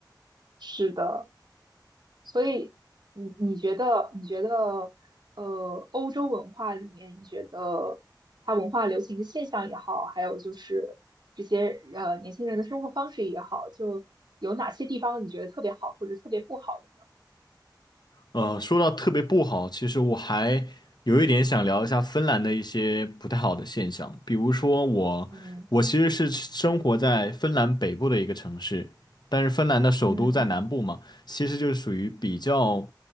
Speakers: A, on the right; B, on the left.
A: 是的。所以你你觉得你觉得呃，欧洲文化里面，你觉得它文化流行的现象也好，还有就是这些呃年轻人的生活方式也好，就有哪些地方你觉得特别好或者特别不好的呢？
B: 呃，说到特别不好，其实我还有一点想聊一下芬兰的一些不太好的现象，比如说我，
A: 嗯
B: 我其实是生活在芬兰北部的一个城市，但是芬兰的首都在南部嘛，
A: 嗯
B: 其实就是属于比较